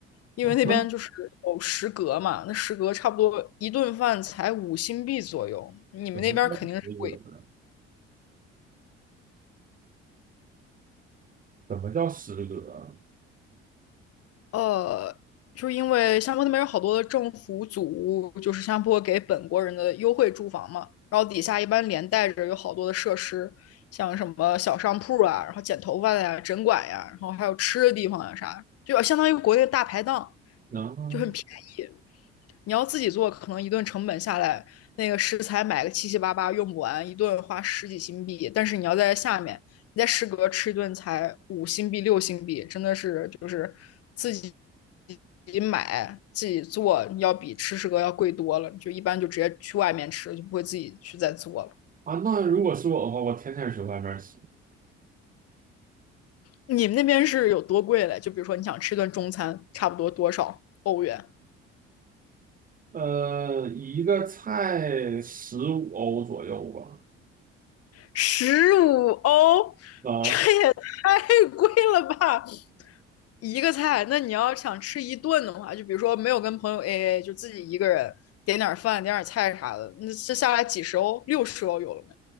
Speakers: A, on the left (about 50°); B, on the right (about 25°).
A: 因为那边就是有食阁嘛，
B: 啊，那
A: 那食阁差不多一顿饭才五新币左右，你们那边肯定是贵。
B: 怎么叫食阁呢？怎么叫食阁啊？
A: 呃，就是因为新加坡那边有好多的政府组屋，就是新加坡给本国人的优惠住房嘛，然后底下一般连带着有好多的设施，像什么小商铺啊，然后剪头发的呀、诊馆呀，然后还有吃的地方呀啥，就相当于国内的大排档，
B: 能
A: 就很便宜。你要自己做，可能一顿成本下来，那个食材买个七七八八用不完，一顿花十几新币。但是你要在下面，你在食阁吃一顿才五新币、六新币，真的是就是自己自己买、自己做，要比吃食阁要贵多了。就一般就直接去外面吃，就不会自己去再做了。
B: 啊，那如果是我的话，我天天去外面吃，
A: 你们那边是有多贵嘞？就比如说你想吃一顿中餐，差不多多少欧元？
B: 呃，一个菜十五欧左右吧。
A: 十五欧，
B: 啊，
A: 这也太贵了吧！一个菜，那你要想吃一顿的话，就比如说没有跟朋友 AA，就自己一个人点点饭、点点菜啥的，那这下来几十欧、六十欧有了没？